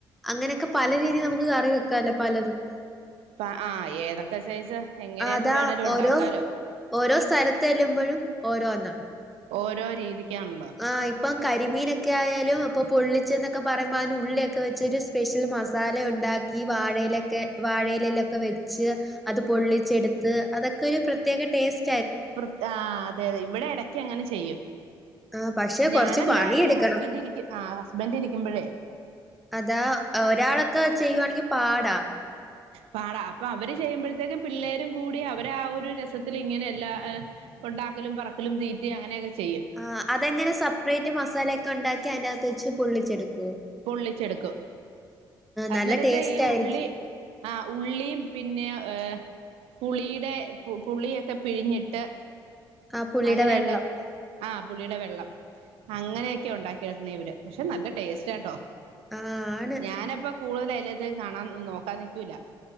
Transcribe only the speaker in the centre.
അങ്ങനെയൊക്കെ പല രീതില് നമുക്ക് കറി വെക്കാലോ പലതും
അതാ
ഓരോ ഓരോ സ്ഥലത്ത് ചെല്ലുമ്പഴും ഓരോന്ന
ആ ഇപ്പം കരിമീനൊക്കെ ആയാലും ഇപ്പം പൊള്ളിച്ച്ന്നൊക്കെ പറയുമ്പോ അതിന്ഉള്ളിയൊക്കെ വെച്ചൊരുസ് സ്പെഷ്യൽ മസാല ഒണ്ടാക്കി വാഴയിലൊക്കെ വാഴയിലയിലൊക്കെ വെ ച്ച് അത് പൊള്ളിച്ചെടുത്ത് അതൊക്കെരു പ്രത്യേക ടേസ്
ആ പക്ഷെ
കൊറച്ച് പണിയെടുക്കണം
അതാ ഒരാളൊക്കെ ചെയ്യുവാണെങ്കിൽ പാടാ
ആ അതെങ്ങനെ സെപ്പറേറ്റ് മസാലയൊക്കെ ഒണ്ടാക്കി അതിന്റെ അകത്ത് വെച്ച് പൊള്ളിച്ചെടുക്കെ
നല്ല ടേസ്റ്റ്
ആയിരിക്കും
ആ പുളിയുടെ
വെള്ളം
ആ ആണ്